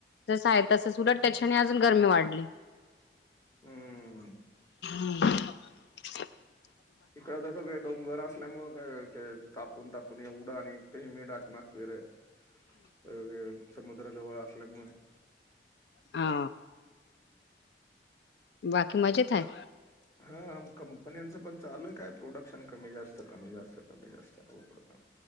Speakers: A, on the left; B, on the left.
A: ह जसं आहे तस वुलट त्याच्याने आजून गरमी वाढली.
B: हं.
A: हम्म
B: इकड जस सगळे डोंगर असल्यामुळे का <unintelligible> ताप ऊनतापणे उडा आणि एक ते हे मिेढाच मास वैगरेअ अ समुद्रा जवळ आत ल्यामुळे
A: हा बाकी मजेत आहे.
B: हा अ कंपन्यांचं पण चालू आहे काय प्रोडक्शन कमी जास्त कमी जास्त कमी जास्त हा